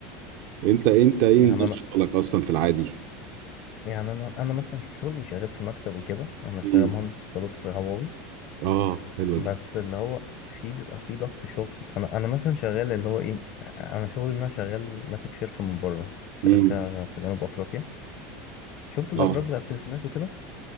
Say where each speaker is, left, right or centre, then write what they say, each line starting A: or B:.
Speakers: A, on the right; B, on the left.
A: انت انت ايه
B: يعني
A: نظام
B: انا
A: شغلك اصلا في العادي
B: يعني انا انا مثلا شغلي شغال في مكتب وكده انا شغال
A: مم.
B: مهندس اتصالات في هواوي
A: اه حلوة
B: بس
A: دي
B: اللي هو في بيبقى في ضغط شغل انا انا مثلا شغال اللي هو ايه انا شغلي ان انا شغال ماسك شركه من بره شركه
A: مم.
B: في جنوب افريقيا شفت الابراج
A: اه
B: بتاعت التليفونات وكده